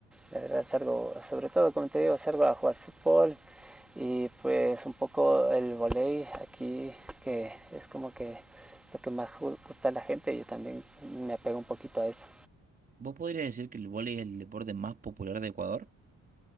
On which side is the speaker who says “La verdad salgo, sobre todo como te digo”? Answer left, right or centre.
Centre